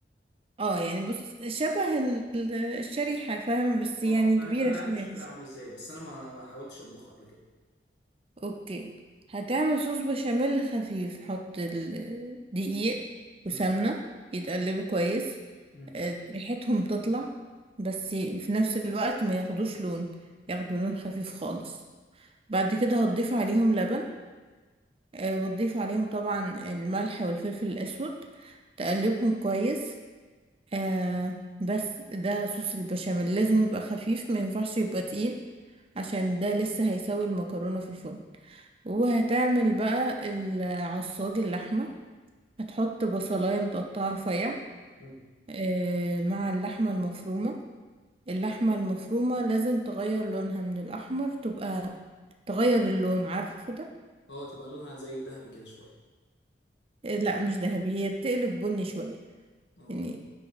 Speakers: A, on the right; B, on the left.
A: اه يعني بص شبه ال- الشريحة فاهم بس يعني
B: اه فاهم
A: كبيرة
B: انا
A: شوية
B: عارف شكلها
A: مش
B: عامل ازاي بس انا ما حاولتش اطبخها قبل كده
A: اوكي هتعمل صوص بشاميل خفيف حط الدقيق وسمنة
B: امم
A: يتقلبوا كويس
B: امم
A: آه، ريحتهم تطلع بس في نفس الوقت ما ياخدوش لون ياخدوا لون خفيف خالص بعد كده هتضيف عليهم لبن آه، وتضيف عليهم طبعا الملح والفلفل الأسود تقلبهم كويس آه بس ده صوص البشاميل لازم يبقى خفيف ما ينفعش يبقى تقيل عشان ده لسه هيسوي المكرونة في الفرن وهتعمل بقى العصاج اللحمة هتحط بصلاية متقطعة رفيع
B: مم.
A: آه، مع اللحمة المفرومة اللحمة المفرومة لازم تغير لونها من الأحمر تبقى تغير اللون عارفه ده
B: اه تبقى لونها زي ذهبي كده شويه
A: آه، لا مش ذهبي هي بتقلب بني شوية
B: اه
A: يعني